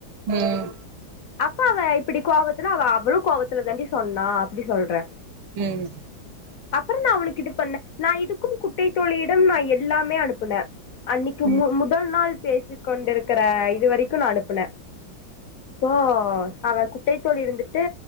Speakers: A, on the right; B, on the left.
A: ம்
B: அப்ப அவ இப்படி கோவத்துல அவ அவளு கோவத்துல தாண்டி சொன்னா அப்படி சொல்றே
A: ம்
B: அப்புறம் நா அவளுக்கு இது பண்ணே நா இதுக்கும் குட்டை தோழியிடம் நா எல்லாமே அனுப்புனே அன்னைக்கு
A: ம்
B: மு முதல் நாள் பேசி கொண்டிருக்கிற இது வரைக்கு நா அனுப்புனே ஓ அவ குட்டைத்தோழி இருந்துட்டு